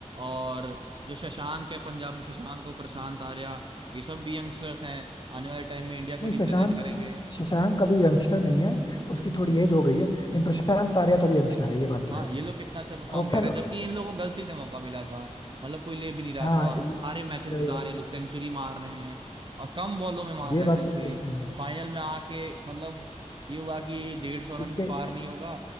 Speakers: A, on the right; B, on the left.
A: और जो शशांक है पंजाब में शशांक और प्रशांत आर्या ये सब भी यंगस्टर्स हैं आने वाले टाइम में इंडिया को
B: नहीं
A: रिप्रेजेंट
B: शशांक
A: करेंगे
B: शशांक अभी यंगस्टर नहीं है उसकी थोड़ी एज हो गई है लेकिन प्रशांत आर्या तो अभी यंगस्टर है ये बात तो
A: हाँ
B: है
A: ये लोग कितना अच्छा परफॉर्म
B: और
A: कर
B: खैर
A: रहे हैं जबकि इन लोगों को गलती से मौका मिला था मतलब कोई ले भी नहीं रहा
B: हाँ
A: था और
B: सही
A: सारे मैचेस जिता
B: बात
A: रहे हैं
B: है
A: लोग सेंचुरी मार रहे हैं और कम बॉलों में मार
B: ये
A: रहे
B: बात
A: हैं सेंचुरी
B: तो एकदम सही है
A: फाइनल में आके मतलब ये हुआ कि डेढ़ सौ रन
B: इससे
A: भी पार नहीं होगा